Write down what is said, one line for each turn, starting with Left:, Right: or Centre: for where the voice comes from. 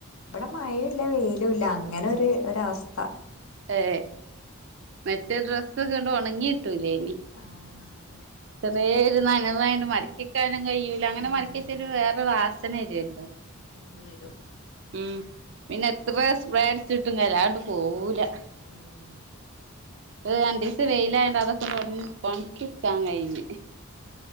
Left: ഇവിടെ മഴയും ല്ല വെയിലും ല്ല അങ്ങനൊര് ഒരവസ്ഥ
Right: ഏ മറ്റേ ഡ്രസ്സൊക്കെണ്ട് ഉണങ്ങിട്ടൂലേ നി
Left: ആഹ് അതെ
Right: ചെറിയൊരു നനവായോണ്ട് മടക്കിക്കാ കയൂല അങ്ങനെ
Left: ഉം
Right: മടക്കി െച്ചരു വേറെ രു വാസന രുല്ലോ
Left: ത് വരും
Right: ഉം പിന്നെ എത്ര സ്പ്രെ ചിട്ടും കാര്യല്ല ആണ്ട് പോവൂല
Left: ഉം
Right: പ്പ രണ്ടീസംവെയിലായോണ്ട്അതൊക്കെ ഒന്നങ്ങിഒണക്കിക്കാൻ കഴിഞ്ഞ്